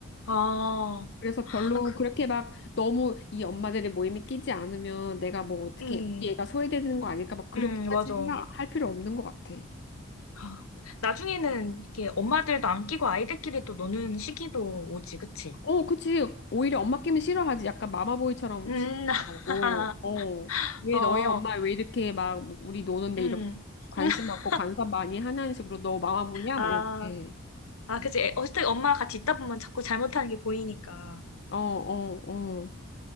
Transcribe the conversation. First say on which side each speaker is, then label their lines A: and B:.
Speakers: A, on the left (about 80°); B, on the left (about 50°).
A: 아,
B: 그래서 별로
A: 아, 그,
B: 그렇게 막 너무 이 엄마들의 모임에 끼지 않으면 내가 뭐 어떻게
A: 응,
B: 우리 애가 소외되는 거 아닐까 막 그렇게까지
A: 응, 맞아.
B: 생각할 필요 없는 것 같아.
A: 아, 나중에는 이렇게 엄마들도 안 끼고 아이들끼리 또 노는 시기도 오지, 그치?
B: 어, 그치. 오히려 엄마 끼면 싫어하지. 약간 마마보이처럼
A: 음,
B: 취급하고,
A: <laughs>
B: 어. 왜
A: 어,
B: 너희 엄마 왜 이렇게 막 우리 노는데
A: 음,
B: 이렇게 관심
A: <laughs>
B: 많고 간섭 많이 하냐는 식으로 너 마마보이야?
A: 아,
B: 막 이렇게.
A: 아, 그치. 어쨌든 엄마 같이 있다 보면 자꾸 잘못하는 게 보이니까.
B: 어, 어, 어.